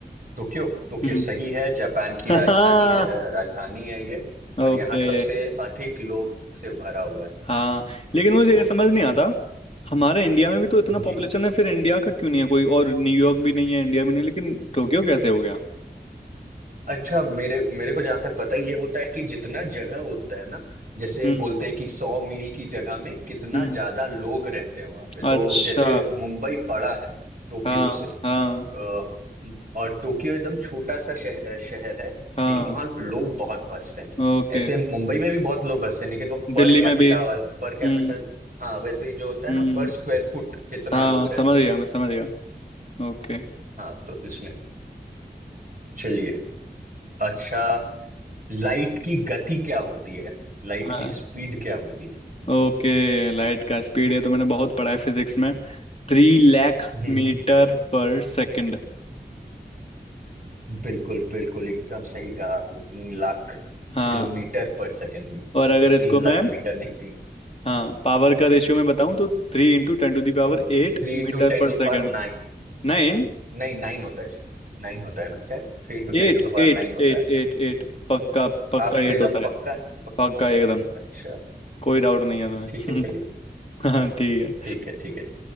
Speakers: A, on the right; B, on the left.
A: टोक्यो टोक्यो
B: हम्म
A: सही है जापान की
B: <laughs>
A: राजधानी श- अ, राजधानी है ये और
B: ओके
A: यहाँ सबसे अधिक लोग से भरा हुआ है
B: हाँ लेकिन मुझे
A: तो
B: ये समझ नहीं आता हमारे इंडिया में भी तो इतना पॉपुलेशन
A: जी
B: है फिर इंडिया का क्यों नहीं है कोई और न्यूयॉर्क भी नहीं है इंडिया भी नहीं है, लेकिन टोक्यो कैसे हो गया
A: अच्छा मेरे मेरे को जहां तक पता है ये होता है कि जितना जगह होता है ना जैसे
B: हम्म
A: बोलते हैं कि सौ मील की जगह में कितना
B: हम्म
A: ज्यादा लोग रहते हैं वहां पे
B: अच्छा
A: तो जैसे मुंबई बड़ा है टोक्यो
B: हाँ
A: से
B: हाँ
A: अ, और टोक्यो एकदम छोटा सा शहर शहर है
B: हाँ
A: लेकिन वहाँ लोग बहुत बसते हैं
B: ओके
A: ऐसे मुंबई में भी बहुत लोग बसते हैं लेकिन वो पर
B: दिल्ली
A: कैपिटा
B: में भी
A: वाला पर
B: हम्म
A: कैपिटल हाँ वैसे ही जो होता है
B: हम्म
A: ना पर स्क्वायर फुट कितना
B: हाँ
A: लोग रहते
B: समझ गया
A: हैं
B: मैं समझ गया ओके
A: हाँ तो इसमें चलिए अच्छा लाइट की गति क्या होती है लाइट
B: आ,
A: की स्पीड क्या होती है
B: ओके लाइट का स्पीड है तो मैंने बहुत पढ़ा है फिजिक्स में थ्री लाख
A: हम्म
B: मीटर
A: हम्म।
B: पर सेकंड
A: बिल्कुल बिल्कुल एकदम सही कहा आपने तीन lakh kilometre
B: हाँ
A: per second
B: और अगर इसको
A: तीन
B: मैं
A: lakh metre नहीं तीन
B: हाँ पावर का रेशियो मैं बताऊं तो three into ten to the power eight
A: Three
B: metre
A: into ten
B: पर
A: to
B: second
A: power nine
B: Nine
A: नहीं नाइन होता है नाइन होता है ना शायद three into
B: Eight
A: ten to power
B: eight
A: nine होता
B: eight
A: है
B: eight eight पक्का पक्का
A: आप
B: एट
A: एकदम
B: होता
A: पक्का
B: है
A: है पक्का
B: पक्का एकदम
A: अच्छा
B: कोई डाउट नहीं है
A: ठीक
B: तुम्हें
A: है चलिए
B: <laughs> हाँ ठीक है
A: ठीक है ठीक है